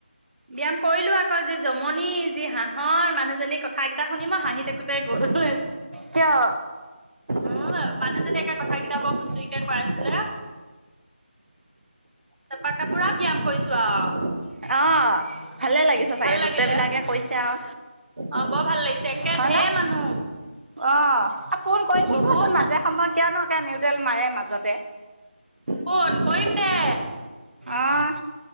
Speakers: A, on the right; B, on the right.
A: ব্যায়াম কৰিলো আকৌ যি জমনি যি হাঁহৰ মানুহজনী কথা কেইটা শুনি মই হাঁহি থাকোঁ তে গল
B: কিয়
A: অ' মানুহজনী একে কথা কেইটা বৰ ফুচুৰিকে কৈ আছিলে তাৰাপা ত পুৰা ব্যায়াম কৰিছো আও
B: অ', ভালে লাগিছে চাগে
A: ভাল লাগিলে
B: গোটেই বিলাকে কৈছে আও
A: অ' বৰ ভাল লাগিছে একে
B: হয়
A: ঢেৰ
B: নে
A: মানুহ।
B: অ ফোন কৰি থাকিবচোন
A: বহুত
B: মাজে
A: মানুহ
B: সময়ে কিয়নো একে নিউটেল মাৰে মাজতে
A: ফোন কৰিম দে
B: অহ